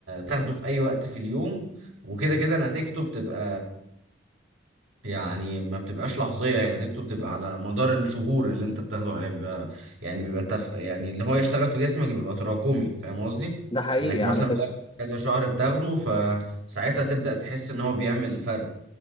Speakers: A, on the right; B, on the left.
A: تاخده في اي وقت في اليوم وكده كده نتيجته بتبقى يعني ما بتبقاش لحظية يعني نتيجته بتبقى على مدار الشهور اللي انت بتاخده عليه بيبقى يعني بيبقى تف... يعني اللي هو يشتغل في جسمك بيبقى تراكمي فاهم قصدي؟
B: ده حقيقي
A: انك
B: على
A: مثلا
B: فكرة
A: بقالك كذا شهر بتاخده فساعتها تبدأ تحس ان هو بيعمل فرق